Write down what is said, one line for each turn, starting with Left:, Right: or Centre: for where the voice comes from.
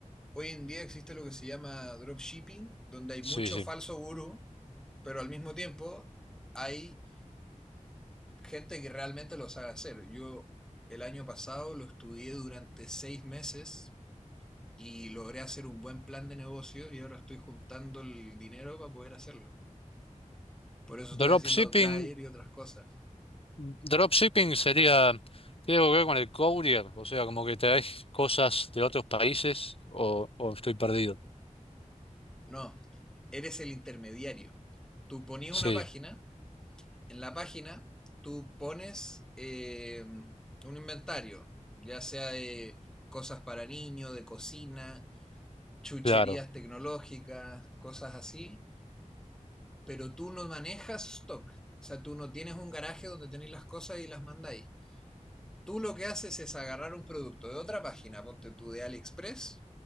Centre: hoy en día existe lo que se llama dropshipping, donde hay
Left: Sí,
Centre: mucho
Left: sí.
Centre: falso gurú, pero al mismo tiempo hay gente que realmente lo sabe hacer. Yo el año pasado lo estudié durante seis meses y logré hacer un buen plan de negocios y ahora estoy juntando el dinero para poder hacerlo. Por eso estoy
Left: Dropshipping,
Centre: haciendo outlier y otras cosas.
Left: dropshipping sería, ¿tiene algo que ver con el courier? O sea, como que traes cosas de otros países o, o estoy perdido.
Centre: No, eres el intermediario. Tú pones una
Left: Sí,
Centre: página, en la página tú pones eh, un inventario, ya sea de cosas para niños, de cocina, chucherías
Left: claro,
Centre: tecnológicas, cosas así, pero tú no manejas stock. O sea, tú no tienes un garaje donde tenéis las cosas y las mandáis. Tú lo que haces es agarrar un producto de otra página, ponte tú de AliExpress,